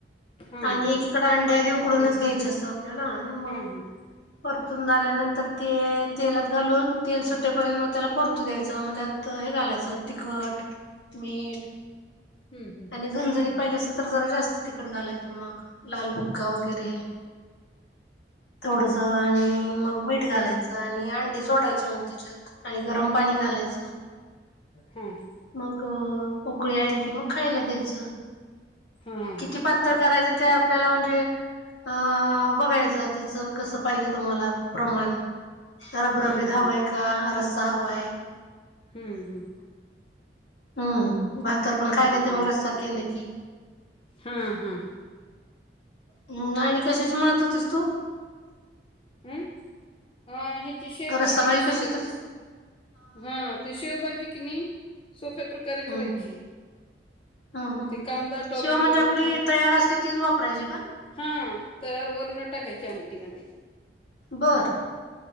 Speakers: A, on the left; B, on the left.
A: हां,
B: आणि
A: हां.
B: एकीकड अंड्या आधी उकडूनच घ्यायची जस आपल्याला आणि मग
A: हां, हां.
B: परतून झाल्यानंतर ते तेलात घालून तेल सुटेपर्यंत मग त्याला परतू द्यायच मग त्यात हे घालायच तिखट मीठ
A: हं, हं.
B: आणि झणझणीत पाहिजे असेल तर जरा जास्त तिकट घालायच मग लालबुक्का वगैरे थोडस आणि मग मीठ घालाय आणि अंडी सोडायच मग त्याच्यात आणि गरम पाणी घालायच
A: हम्म्
B: मग उकळी आली की मग खायला द्यायच
A: हां,
B: किती
A: हां,
B: पातळ
A: हां.
B: करायच त्या आपल्याला म्हणजे अ बघायच त्याच कस पाहिजे तुम्हाला प्रमाण रबरबित
A: हं,
B: हवय का रस्सा हवाय?
A: हम्म हम्म
B: हम्म् भातावर पण खायला
A: हं.
B: येते मग रस्सा केले की
A: हां, हां.
B: हम्म् आणि कशाशी म्हणत होतेस तू
A: अम्म् अ ह्याची शेवभाजी
B: रस्सा भाजी
A: कशी करतेस?
B: तर
A: हा ते शेवभाजी कि नाही सोप्या प्रकारे
B: हम्म
A: करायची
B: हम्म हम्म
A: ते कांदा टोमॅटो
B: शेव म्हणजे आपली
A: तूप
B: तयार असते तीच वापरायची का
A: हा तयार वरण टाकायची आमटीमध्ये
B: बर